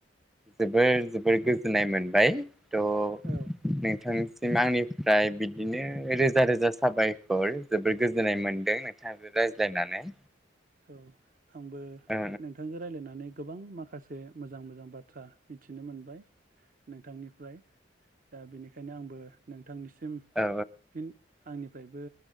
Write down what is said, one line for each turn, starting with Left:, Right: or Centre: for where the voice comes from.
Centre: जोबोर जोबोर गोजोननाय मोनबाय त'
Right: औ
Centre: नोंथां आंनिफ्राय बिदिनो रोजा रोजा साबायखर जोबोर गोजोननाय मोन्दों नोंथांजों रायज्लायनानै
Right: औ आंबो
Centre: ओ
Right: नोंथांजों रायलायनानै गोबां माखासे मोजां मोजां बाथ्रा मिथि नो मोनबाय नोंथांनिफ्राय दा बेनिखायनो आंबो नों थां निसिम
Centre: औ
Right: फिन आंनि फ्रायबो